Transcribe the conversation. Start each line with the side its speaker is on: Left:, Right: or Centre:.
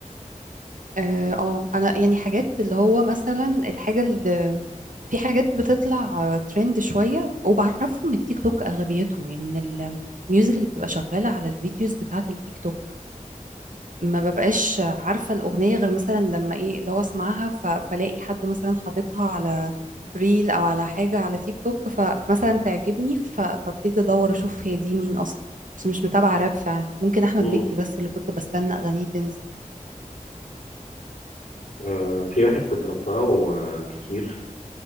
Right: اه آه، انا يعني حاجات اللي هو مثلا الحاجة اللي في حاجات بتطلع ترند شوية وبعرفهم من التيك توك اغلبيتهم يعني من الميوزك اللي بتبقى شغالة على الفيديوز بتاعة التيك توك ما ببقاش عارفة الأغنية غير مثلا لما إيه اللي هو أسمعها ف- فلاقي حد مثلا حاططها على ريل أو على حاجة على تيك توك ف- فمثلا تعجبني ف- فابتدي أدور أشوف هي دي مين أصلا بس مش متابعة راب فعلا ممكن أحمد
Left: مم.
Right: مكي بس اللي كنت بستنى أغانيه تنزل
Left: آه، في واحد كنت بسمعه آه، كتير